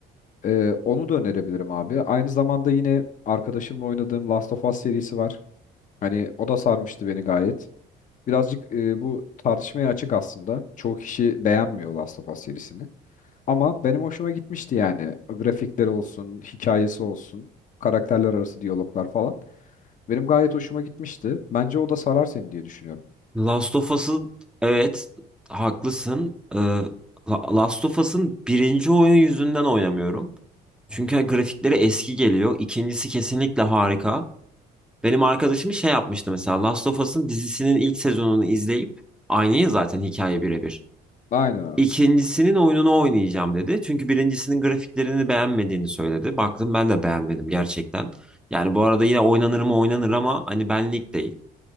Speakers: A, on the left; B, in the centre.
A: Ee, onu da önerebilirim abi. Aynı zamanda yine arkadaşımla oynadığım Last of Us serisi var. Hani o da sarmıştı beni gayet. Birazcık e, bu tartışmaya açık aslında. Çoğu kişi beğenmiyor Last of Us serisini. Ama benim hoşuma gitmişti yani. Grafikleri olsun, hikayesi olsun, karakterler arası diyaloglar falan. Benim gayet hoşuma gitmişti. Bence o da sarar seni diye düşünüyorum.
B: Last of Us'ın evet haklısın. Ee, La- Last of Us'ın birinci oyun yüzünden oynamıyorum. Çünkü grafikleri eski geliyor. İkincisi kesinlikle harika. Benim arkadaşım şey yapmıştı mesela Last of Us'ın dizisinin ilk sezonunu izleyip aynı ya zaten hikaye birebir.
A: Aynen abi.
B: İkincisinin oyununu oynayacağım dedi. Çünkü birincisinin grafiklerini beğenmediğini söyledi. Baktım ben de beğenmedim gerçekten. Yani bu arada yine oynanır mı oynanır ama hani benlik değil.